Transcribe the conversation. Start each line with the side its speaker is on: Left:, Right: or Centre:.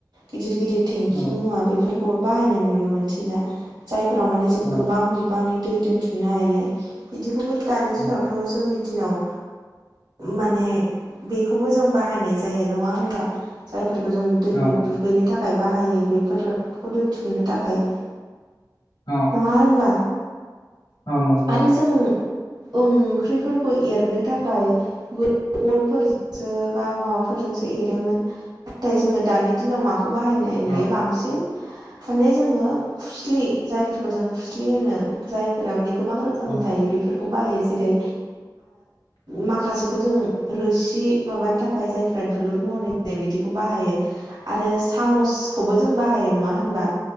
Right: गिदिर गिदिर थेंखि
Left: औ
Right: मुवा बेफोर बाहायनाय नुनो मोनसैना जायफोरा माने जों
Left: औ
Right: गोबां बिबांनि दै दोनथुमनो हायो बिदिखौबो दानि दिनावथ'
Left: औ
Right: जोंनि दिनाव माने बेखौबो जों बाहायनाय जायो नङा होनबा? जायफोरखौ जों दैखौ
Left: औ
Right: दुगैनो थाखाय बाहायो बेफोर बेखौ दोनथुमनो थाखाय
Left: औ
Right: नङा होनबा
Left: औ नंगौ
Right: आरो
Left: औ
Right: जों ओम ओंख्रिफोरखौ एरनो थाखाय गनफोरजोंसो बा माबाफोरजोंसो एरोमोन नाथाय जोंङो दानि दिनाव माखौ बाहायनाय नुयो
Left: औ
Right: बांसिन माने जोङो खुस्लि जायफोरखौ जों खुस्लि होनो। जायफोरा माने गोबां रोखोमनि
Left: औ
Right: थायो बेफोरखौ बाहायो जेरै माखासेखौ जों रोसि माबानि थाखाय जायफ्रा दुलुर महरै बिदिखौ बाहायो‌। आरो सामसखौबो जों बाहायो नङा होनबा